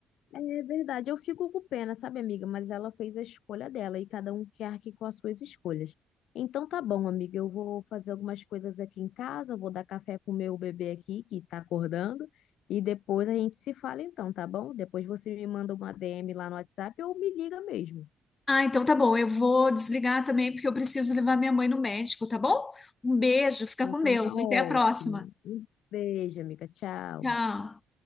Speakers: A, on the left (about 80°); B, on the left (about 30°).
A: É verdade, eu fico com pena, sabe, amiga? Mas ela fez a escolha dela e cada um que arque com as suas escolhas. Então tá bom, amiga, eu vou fazer algumas coisas aqui em casa, vou dar café pro meu bebê aqui que tá acordando e depois a gente se fala então, tá bom? Depois você me manda uma DM lá no WhatsApp ou me liga mesmo.
B: Ah, então tá bom. Eu vou desligar também porque eu preciso levar minha mãe no médico, tá bom? Um beijo, fica
A: Então
B: com Deus.
A: tá ótimo.
B: Até a próxima.
A: Um beijo, amiga, tchau.
B: Tchau.